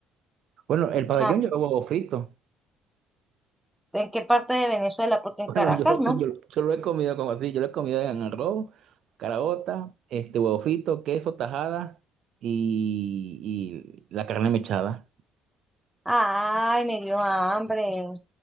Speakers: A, on the right (about 65°); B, in the centre.
A: Bueno, el
B: O
A: pabellón
B: sea,
A: lleva huevo frito.
B: ¿en qué parte de Venezuela? Porque en
A: Bueno,
B: Caracas,
A: yo lo,
B: ¿no?
A: yo, yo lo he comido como así, yo lo he comido en arroz, caraota, este huevo frito, queso, tajada y, y la carne mechada.
B: Ay, me dio hambre.